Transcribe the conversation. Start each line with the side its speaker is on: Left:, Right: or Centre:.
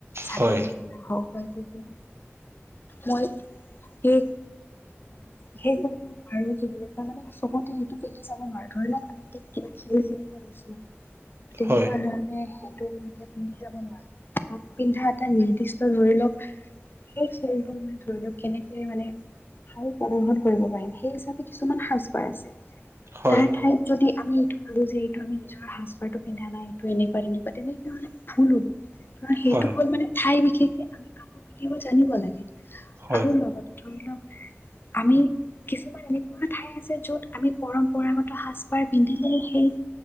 Left: চাদৰ
Right: হয়
Left: মেখেলা হওক বা এতি <unintelligible> মই স সেই কৰিব পাৰো কি বুলি মানে চবতে সেইটো <unintelligible> লি যাব নোৱাৰো ধৰি লওক আমি এতিয়া কিবা খেল খেলিব গৈছো তেনেকুৱা
Right: হয়
Left: ধৰণে <unintelligible> মই এতিয়া পিন্ধি যাব নোৱাৰো তাক পিন্ধা এটা নিৰ্দিষ্ট ধৰি লওক সেই খেলটোৰ মানে ধৰি লওক কেনেকে মানে ভাল প্ৰদৰ্শন কৰিব পাৰিম সেই <unintelligible> কিছুমান সাজ পাৰ আছে
Right: হয়
Left: তাৰ ঠাইত যদি আমি এইটো ভাবো যে এইটো আমি নিজৰ সাজ পাৰটো পিন্ধা না এইটো এনেকুৱা তেনেকুৱা তেনেকে হলে ভুল হ'ব <unintelligible> কাৰণ সেইটো
Right: হয়
Left: হ'ল মানে ঠাই বিশেষকে আমি কাপোৰ পিন্ধিব জানিব লাগে <unintelligible>
Right: হয়
Left: আৰু লগতে ধৰি লওক আমি কিছুমান এনেকুৱা ঠাই আছে য'ত আমি পৰম্পৰাগত সাজ পাৰ পিন্ধিলে সেই